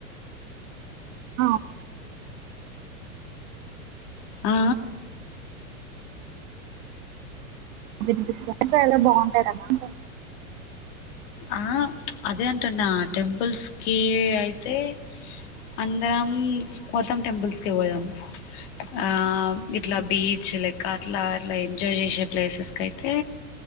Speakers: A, on the right; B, on the left.
A: ఆ
B: ఆ
A: వినిపిస్త చాలా బాగుంటారు కదా
B: ఆ అదే అంటన్న టెంపుల్స్ కి అయితే అందరం కోతమ్ టెంపుల్స్ క పోదాం ఆ ఇట్లా బీచ్ లైక్ అట్లా అట్లా ఎంజాయ్ చేసే ప్లేసెస్ క అయితే